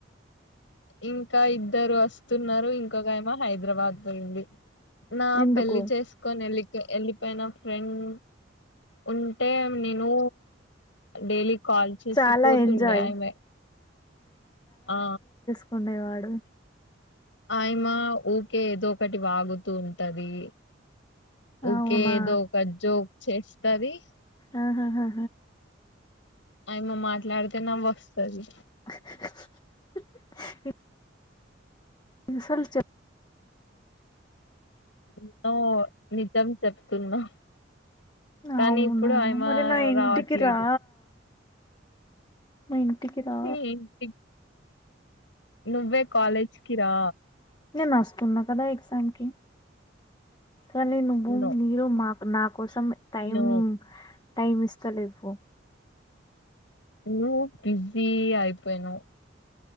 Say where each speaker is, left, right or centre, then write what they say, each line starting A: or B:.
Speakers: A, on the left; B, on the left.
A: ఇంకా ఇద్దరు వస్తున్నారు ఇంకొక ఆమె హైదరాబాద్ పోయింది నా
B: ఎందుకు
A: పెళ్లి చేసుకొని ఎళ్ళి వెళ్ళిపోయిన ఫ్రెండ్ ఉంటే నేను డైలీ కాల్ చేసి
B: చాలా
A: పోతుండే
B: ఎంజాయ్
A: ఆమె ఆ
B: తండైవాడు
A: ఆయమ ఊకే ఏదో ఒకటి వాగుతూ ఉంటది. ఒకకే
B: అవునా
A: ఏదో ఒక జోక్ చేస్తది.
B: ఆహా హహ
A: అయమ మాట్లాడితే నవ్ వస్తుది
B: <unintelligible> ఇన్సల్ చె
A: ఎన్నో నిజం చెప్తున్నా కానీ
B: అవునా
A: ఇప్పుడు ఆయమ
B: మరి నా ఇంటికి
A: రావట్లేదు
B: రా మ ఇంటికిదా
A: నీ ఇంటికి నువ్వే కాలేజికి రా
B: న నస్తస్తుూన్నా కదా ఎగ్జామ్ కి కానీ నువ్వు
A: నో
B: మీరు మాకు నా కోసం టైం
A: ను
B: టైమ్ ఇస్తలే ఇవ
A: ను బిజీ ఆయిపోయినవు